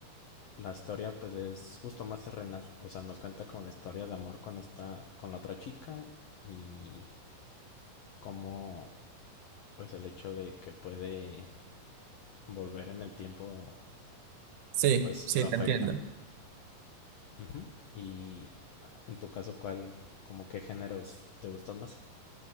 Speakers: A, on the left; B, on the right.
A: la historia pues es justo más terrenal, o sea, nos cuenta como la historia de amor con esta con la otra chica y cómo pues el hecho de que puede volver en el tiempo
B: Sí,
A: pues
B: sí,
A: lo afecta.
B: te entiendo.
A: Ujú. Y en tu caso, ¿cuál como qué géneros te gustan más?